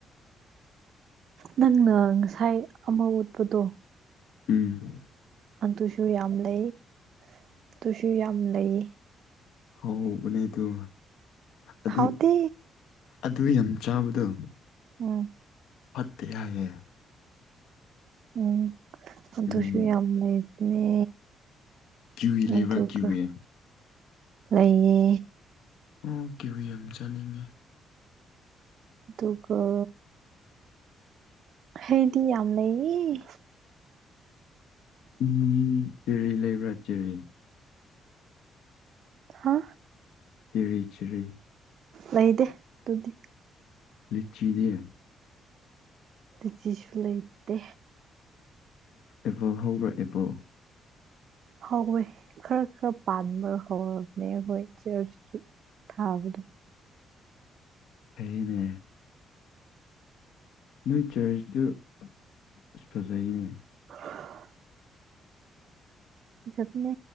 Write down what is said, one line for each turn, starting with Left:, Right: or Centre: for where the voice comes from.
Right: ꯅꯪꯅ ꯉꯁꯥꯏ ꯑꯃ ꯎꯠꯄꯗꯣ
Left: ꯎꯝ
Right: ꯑꯗꯨꯪ ꯑꯗꯨꯁꯨ ꯌꯥꯝ ꯂꯩ ꯑꯗꯨ ꯑꯗꯨꯁꯨ ꯌꯥꯝ ꯂꯩ
Left: ꯍꯧꯕꯅꯦ ꯑꯗꯨ ꯑꯗꯨ
Right: ꯍꯥꯎꯇꯦ
Left: ꯑꯗꯨ ꯌꯥꯝ ꯆꯥꯕꯗꯣ
Right: ꯎꯝ
Left: ꯐꯠꯇꯦ ꯍꯥꯏꯌꯦ
Right: ꯎꯝ ꯑꯗꯁꯨ
Left: ꯎꯝ
Right: ꯌꯥꯝ ꯅꯩꯕꯅꯦ
Left: ꯀꯤꯋꯤ ꯂꯩꯕ꯭ꯔꯥ
Right: ꯑꯗꯨ
Left: ꯀꯤꯋꯤ
Right: ꯀ ꯂꯩꯌꯦ
Left: ꯎꯝ ꯀꯤꯋꯤ ꯌꯥꯝꯅ ꯆꯥꯅꯤꯡꯉꯦ
Right: ꯑꯗꯨꯒꯒ ꯍꯩꯗꯤ ꯌꯥꯝ ꯂꯩꯌꯦ
Left: ꯎꯝ ꯆꯦꯔꯤ ꯂꯩꯕ꯭ꯔꯥ ꯆꯦꯔꯤ
Right: ꯍꯥ
Left: ꯔꯤ ꯆꯔꯤ
Right: ꯂꯩꯗꯦ ꯑꯗꯨꯗꯤ
Left: ꯂꯤꯆꯤꯅꯦ
Right: ꯑꯗꯨꯆꯤꯁꯨ ꯂꯩꯇꯦ
Left: ꯑꯦꯄꯣ ꯍꯧꯕ꯭ꯔꯥ ꯑꯦꯞꯄꯣ
Right: ꯍꯧꯋꯦ ꯈꯔ ꯈꯔ ꯄꯥꯟꯕ ꯍꯧꯔꯕꯅꯦ ꯍꯈꯣꯏ ꯆꯔꯆꯀꯤ ꯊꯥꯕꯗꯣ
Left: ꯊꯩꯅ ꯅꯣꯏ ꯆꯔꯖꯇ ꯑ ꯐꯖꯩꯅꯦ
Right: ꯑ ꯆꯠꯅꯦ